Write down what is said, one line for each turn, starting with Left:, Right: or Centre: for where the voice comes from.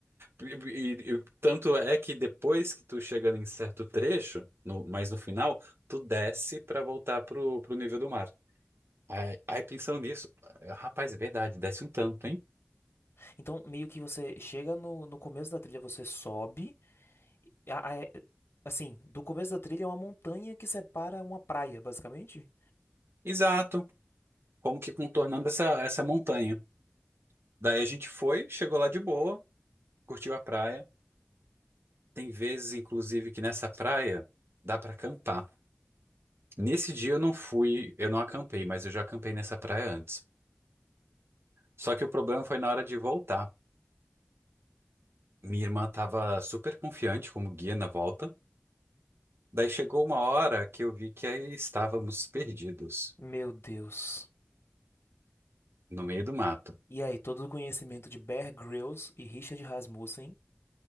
Right: E, e- e tanto é que depois que tu chega em certo trecho, no, mas no final, tu desce pra voltar pro, pro nível do mar. Aí, aí pensando nisso, é, rapaz, é verdade, desce um tanto, hein?
Left: Então, meio que você chega no, no começo da trilha, você sobe. e a- a- é- assim, do começo da trilha é uma montanha que separa uma praia, basicamente.
Right: Exato. Como que contornando essa, essa montanha. Daí a gente foi, chegou lá de boa, curtiu a praia. Tem vezes, inclusive, que nessa praia dá pra acampar. Nesse dia eu não fui, eu não acampei, mas eu já acampei nessa praia antes. Só que o problema foi na hora de voltar. Minha irmã estava super confiante como guia na volta. Daí chegou uma hora que eu vi que aí estávamos perdidos
Left: Meu Deus.
Right: no meio do mato.
Left: E aí, todo o conhecimento de Bear Grylls e Richard Rasmussen